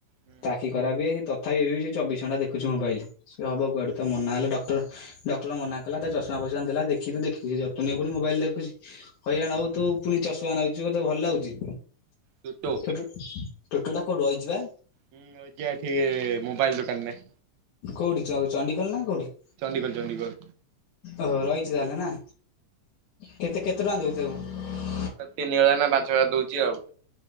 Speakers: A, on the right; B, on the left.
A: ହୁଁ
B: ତା ଆଖି ଖରାପ ହେଇଯାଇଚି ବି ତଥାପି ଏବେ ବି ସେ ଚବିଶ ଘଣ୍ଟା ଦେଖୁଛି ମୋବାଇଲ ସିଏ ହବ କୁଆଡେ ତ ମନା ହେଲେ ଡ ଟର ଡକ୍ଟର ମନା କଲା ତା ଚଷମା ଫସମା ଦେଲା ଦେଖିୁ ଦେଖିବୁ ଯ ତୁ ନେଇ ପୁଣିି ମୋବାଇଲ ଦେଖୁଛି ହଇରାଣ ହବୁ ତୁ ପୁଣି ଚଷମା ନାଉଛୁ ତତେ ଭଲ ଲାଗୁଚି।
A: ଟୋଟୋ
B: ଟୋଟୁ ଟୋଟୁ ଟା କୋଉଠି ରହିଚି ବା।
A: ହୁଁ ରଇଚିଆ ଏଠି ମୋବାଇଲ ଦୋକାନରେ।
B: କୋଉଠି ଚଣ୍ଡି ଖୋଲ ନା କୋଉଠି?
A: ଚଣ୍ଡିଖୋଲ ଚଣ୍ଡିଖୋଲ।
B: ଓ ହୋ ରହିଛି ତାହେଲେ ନା। କେତେ କେତେ ଟଙ୍କା ଦୋଉଚି ତାକୁ।
A: ତାକୁ କେତେ ତିନି ହଜାର ନା ପାଞ୍ଚ ହଜାର ଦଉଛି ଆଉ।